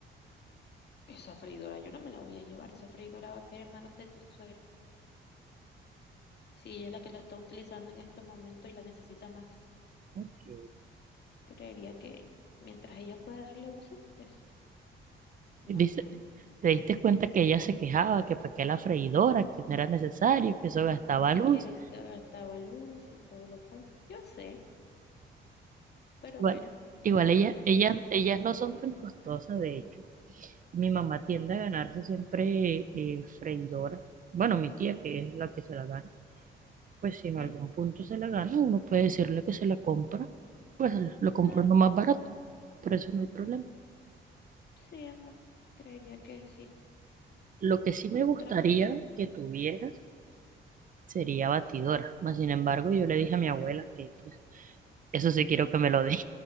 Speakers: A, on the left; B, on the right.
A: esa freidora yo no me la voy a llevar, esa freidora va a caer en manos de tu suegra. Si ella es la que la está utilizando en estos momentos y la necesita más,
B: Ok.
A: creería que mientras ella pueda darle uso, pues normal.
B: ¿Viste? ¿Te diste cuenta que ella se quejaba que para qué la freidora, que no era necesario, que eso gastaba
A: Si
B: luz?
A: quieres que gastaba luz y todo lo cosa. Yo sé, pero
B: Igual,
A: mira,
B: igual
A: ahora
B: ella,
A: independientemente,
B: ella, ellas no son tan costosas, de hecho. Mi mamá tiende a ganarse siempre eh, freidoras. Bueno, mi tía, que es la que se la gana, pues si en
A: sí,
B: algún punto se la gana, uno puede decirle que se la compra, pues lo compró
A: claro,
B: lo más barato, por eso no hay problema.
A: sí, amor, creería que sí.
B: Lo que sí me
A: Otra
B: gustaría
A: cosa
B: que tuvieras sería batidora. Mas, sin embargo, yo le dije a mi abuela que pues, eso sí quiero que me lo dé.